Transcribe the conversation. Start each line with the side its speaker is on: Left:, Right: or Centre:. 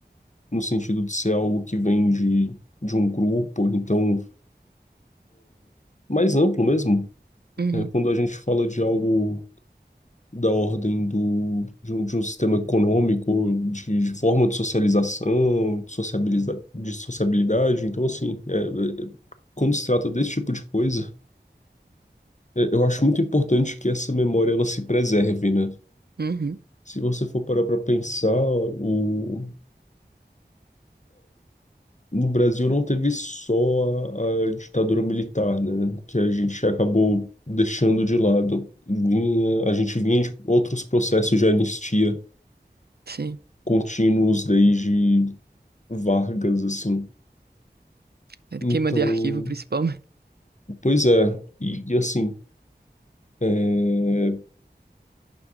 Left: no sentido de ser algo que vem de, de um grupo, então. mais amplo mesmo.
Right: Uhum,
Left: né? Quando a gente fala de algo da ordem do, de um, de um sistema econômico, de, de forma de socialização, de sociabiliza, de sociabilidade, então assim, é, é, quando se trata desse tipo de coisa, é, eu acho muito importante que essa memória ela se preserve, né?
Right: uhum,
Left: Se você for parar para pensar, o, no Brasil não teve só a, a ditadura militar, né, que a gente acabou deixando de lado. Vinha, a gente vinha de outros processos de anistia
Right: sim.
Left: contínuos desde Vargas, assim.
Right: É de
Left: Então,
Right: queima de arquivo, principalmente.
Left: pois é, e, e assim, é,